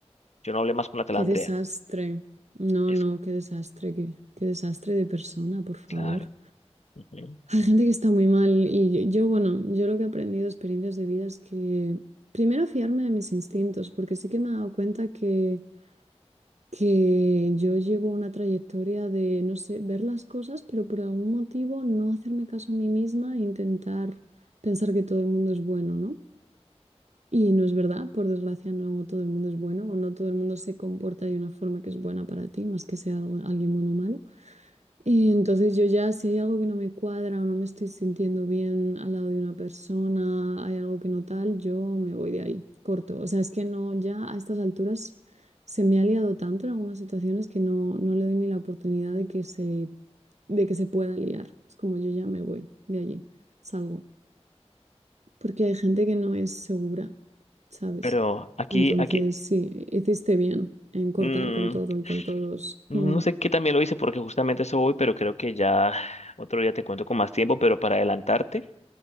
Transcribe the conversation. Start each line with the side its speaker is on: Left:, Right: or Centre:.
Left: yo no hablé más con la tal
Right: qué
Left: Andrea.
Right: desastre. No,
Left: Es
Right: no, qué desastre, qué, qué desastre de persona, por favor.
Left: claro. ujú.
Right: Hay gente que está muy mal y yo, yo, bueno, yo lo que he aprendido, experiencias de vida es que primero fiarme de mis instintos, porque sí que me he dado cuenta que... que yo llevo una trayectoria de, no sé, ver las cosas, pero por algún motivo no hacerme caso a mí misma e intentar pensar que todo el mundo es bueno, ¿no? Y no es verdad, por desgracia no todo el mundo es bueno o no todo el mundo se comporta de una forma que es buena para ti, más que sea algo- alguien bueno o malo. Y entonces yo ya, si hay algo que no me cuadra o no me estoy sintiendo bien al lado de una persona, hay algo que no tal, yo me voy de ahí, corto. O sea, es que no, ya a estas alturas se me ha liado tanto en algunas situaciones que no, no le doy ni la oportunidad de que se, de que se pueda liar. Es como yo ya me voy de allí, salgo. Porque hay gente que no es segura, ¿sabes?
Left: Pero aquí,
Right: Entonces,
Left: aquí,
Right: sí, hiciste bien en cortar
Left: Mm,
Right: con todo y con todos.
Left: no
Right: Mm,
Left: sé qué también lo hice porque justamente eso voy, pero creo que ya otro día te cuento con más tiempo, pero para adelantarte,